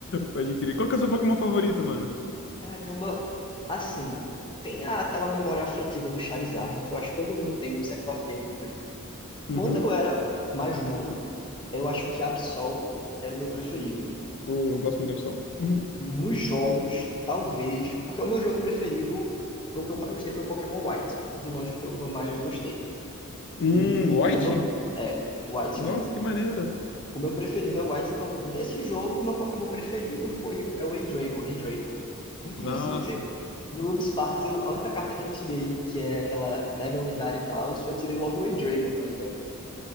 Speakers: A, on the left; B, on the left.
A: Pode crer. Qual que é o seu Pokémon favorito, mano?
B: Caramba, assim, tem a- aquela memória afetiva do Charizard, que eu acho que todo mundo tem um certo apego com ele.
A: Uhum.
B: Quando eu era mais novo, eu acho que Absol era o meu preferido.
A: Oh, eu gosto muito do Absol. Hum,
B: Nos jogos, talvez, porque é o meu jogo preferido, foi o que eu mais gostei, foi o Pokémon White. De longe foi o que eu mais gostei.
A: hum,
B: E
A: White?
B: o meu, é, o White
A: Nossa,
B: um
A: que maneiro.
B: O meu preferido é o Whites, então nesse jogo o meu Pokémon preferido foi o, é o Heydragon, Heydragon. Inclusive,
A: Nossa,
B: no Ruby Sparks, eu, a única carta que eu tirei, que é aquela mega lendária e tal, eu tirei logo o Heydragon, tá ligado?